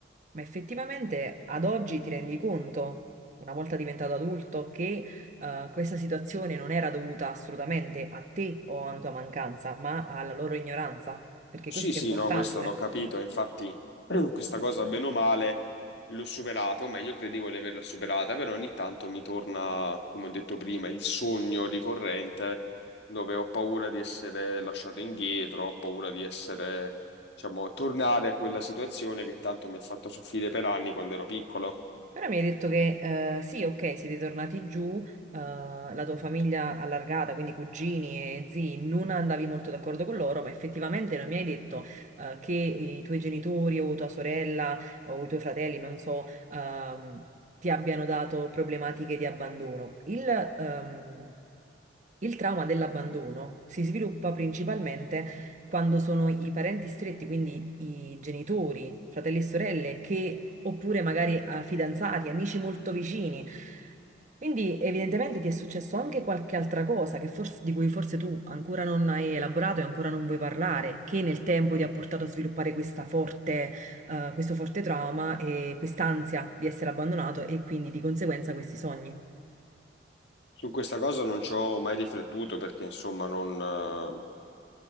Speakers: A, on the right (about 40°); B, on the left (about 65°).
A: ma effettivamente ad oggi ti rendi conto, una volta diventato adulto, che eh, questa situazione non era dovuta assolutamente a te o a una tua mancanza, ma alla loro ignoranza, perché
B: Sì,
A: questo
B: sì,
A: è importante.
B: no, questo l'ho capito, infatti <clears throat> questa cosa bene o male l'ho superata, o meglio credevo di averla superata, però ogni tanto mi torna, come ho detto prima, il sogno ricorrente dove ho paura di essere lasciato indietro, ho paura di essere, diciamo, tornare a quella situazione che tanto mi ha fatto soffrire per anni quando ero piccolo.
A: Però mi hai detto che eh, sì, ok, siete tornati giù, eh, la tua famiglia allargata, quindi cugini e zii, non andavi molto d'accordo con loro, ma effettivamente non mi hai detto eh, che i tuoi genitori o tua sorella o i tuoi fratelli, non so, ehm, ti abbiano dato problematiche di abbandono. Il, ehm, il trauma dell'abbandono si sviluppa principalmente quando sono i parenti stretti, quindi i genitori, fratelli e sorelle, che, oppure magari eh, fidanzati, amici molto vicini. Quindi evidentemente ti è successo anche qualche altra cosa che forse- di cui forse tu ancora non hai elaborato e ancora non vuoi parlare, che nel tempo ti ha portato a sviluppare questa forte, eh, questo forte trauma e quest'ansia di essere abbandonato e quindi di conseguenza questi sogni.
B: Su questa cosa non ci ho mai riflettuto perché, insomma, non... non